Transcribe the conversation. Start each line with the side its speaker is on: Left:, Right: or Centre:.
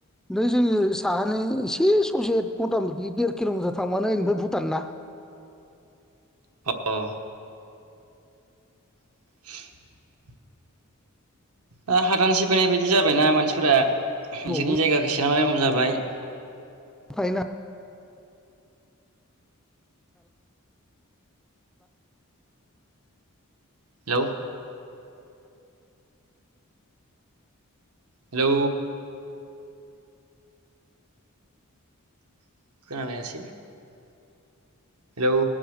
Centre: नै जोंनि साहानि एसे ससे मथा मथि देर किल'मिटार थांबानो ओनिफ्राय भुटान ना
Right: अ <inaudible> दा हादान सेफानाय बायदि जाबायना मानसिफोरा नोंसोरनि
Centre: न'आवबो
Right: जायगाखौ एसे नायनांगौ जाबाय
Centre: थाहैनो
Right: हेलौ हेलौ <unintelligible> हेलौ